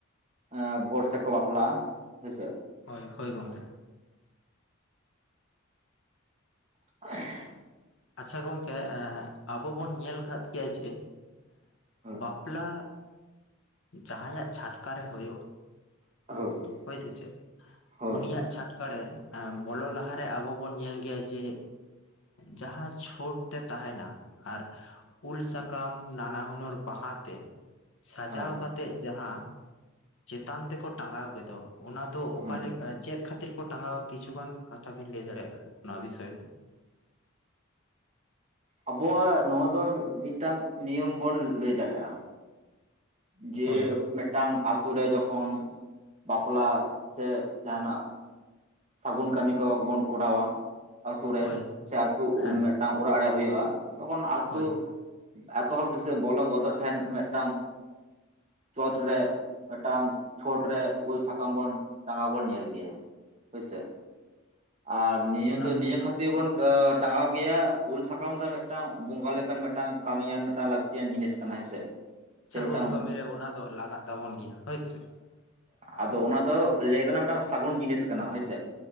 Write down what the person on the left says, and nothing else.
ᱦᱳᱭ, ᱦᱳᱭ ᱜᱚᱝᱠᱮ᱾
ᱟᱪᱷᱟ ᱜᱚᱝᱠᱮ, ᱮᱸ ᱟᱵᱚ ᱵᱚᱱ ᱧᱮᱞ ᱟᱠᱟᱫ ᱜᱮᱭᱟ ᱡᱮ,
ᱵᱟᱯᱞᱟ, ᱡᱟᱦᱟᱸᱭᱟᱜ ᱪᱷᱟᱴᱠᱟ ᱨᱮ ᱦᱳᱭᱳᱜ
ᱦᱳᱭ ᱥᱮ ᱪᱮᱫ?
ᱩᱱᱤᱭᱟᱜ ᱪᱷᱟᱴᱠᱟ ᱨᱮ ᱮ ᱵᱚᱞᱚ ᱞᱟᱦᱟᱨᱮ ᱟᱵᱚ ᱵᱚᱱ ᱧᱮᱞ ᱜᱮᱭᱟ ᱡᱮ᱾ ᱡᱟᱦᱟᱸ ᱪᱷᱳᱴ ᱛᱮ ᱛᱟᱦᱮᱱᱟ ᱟᱨ ᱩᱞ ᱥᱟᱠᱟᱢ ᱱᱟᱱᱟ ᱦᱩᱱᱟᱹᱨ ᱵᱟᱦᱟᱛᱮ, ᱥᱟᱡᱟᱣ
ᱠᱟᱛᱮ ᱡᱟᱦᱟᱸ ᱪᱮᱛᱟᱱ ᱛᱮᱠᱚ ᱴᱟᱸᱜᱟᱣ ᱜᱮᱫᱚ ᱚᱱᱟ ᱫᱚ ᱚᱠᱟ
<inaudible> ᱪᱮᱫ ᱠᱷᱟᱹᱛᱤᱨ? ᱠᱚ ᱴᱟᱸᱜᱟᱣᱼᱟ ᱠᱤᱪᱷᱩ ᱜᱟᱱ ᱠᱟᱛᱷᱟ ᱵᱤᱱ ᱞᱟᱹᱭ ᱫᱟᱲᱮᱭᱟᱜ ᱠᱷᱟᱡ ᱚᱱᱟ ᱵᱤᱥᱚᱭ ᱛᱮ᱾
ᱦᱳᱭ
ᱦᱳᱭ
ᱦᱮᱸ
ᱦᱳᱭ
ᱚᱱᱟ
ᱥᱟᱹᱜᱩᱱ
ᱠᱟᱹᱢᱤ ᱨᱮ ᱚᱱᱟ ᱫᱚ ᱞᱟᱜᱟᱜ ᱛᱟᱵᱚᱱ ᱜᱮᱭᱟ ᱦᱳᱭ ᱥᱮ᱾